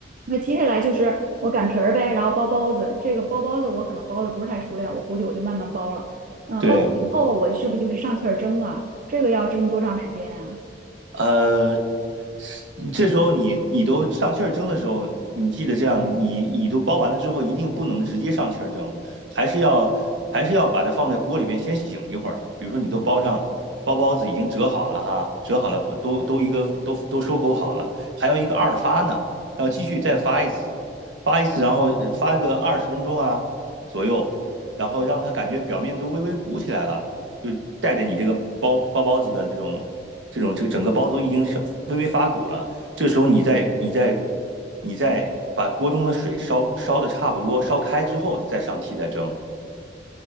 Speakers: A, on the right (about 45°); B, on the right (about 85°).
A: 那接下来就是我擀皮儿呗，然后包包子。这个包包子我可能包的不是太熟练，我估计我就慢慢包了。呃，
B: 对。
A: 包以后我是不是就是上气儿蒸啊？这个要蒸多长时间啊？
B: 呃，是这时候你你都上气儿蒸的时候，你记得这样，你你都包完了之后，一定不能直接上气儿蒸，还是要还是要把它放在锅里边先醒一会儿。比如说你都包上包包子已经折好了哈，折好了都都一个都都收口好了，还有一个二发呢，要继续再发一次，发一次，然后呃发个二十分钟啊左右，然后让它感觉表面都微微鼓起来了。就带着你这个包包包子的这种这种这个整个包子已经微微发鼓了，这时候你再你再你再把锅中的水烧烧的差不多烧开之后，再上屉再蒸。